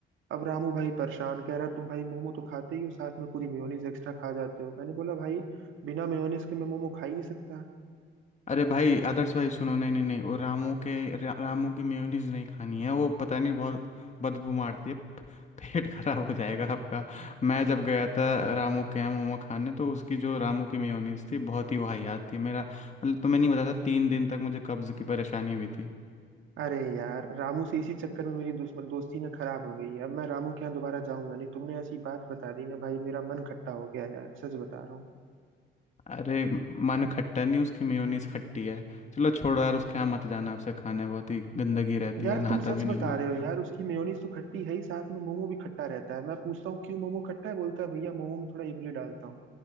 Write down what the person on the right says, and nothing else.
अब रामू भाई परेशान कह रहा तुम भाई मोमो तो खाते ही हो साथ में पूरी मेयोनीज एक्स्ट्रा खा जाते हो मैंने बोला भाई बिना मेयोनीज के मैं मोमो खा ही नहीं सकता
अरे यार रामू से इसी चक्कर में मेरी दुश्मन दोस्ती ना खराब हो गई है अब मैं रामू के यहाँ दोबारा जाऊंगा नहीं तुमने ऐसी बात बता दी ना भाई मेरा मन खट्टा हो गया यार सच बता रहा हूँ
यार
तुम सच
बता
रहे हो यार उसकी मेयोनीज तो खट्टी है ही साथ में मोमो भी खट्टा रहता है मैं पूछता हूँ क्यों मोमो खट्टा है बोलता है भैया मोमो में थोड़ा इमली डालता हूँ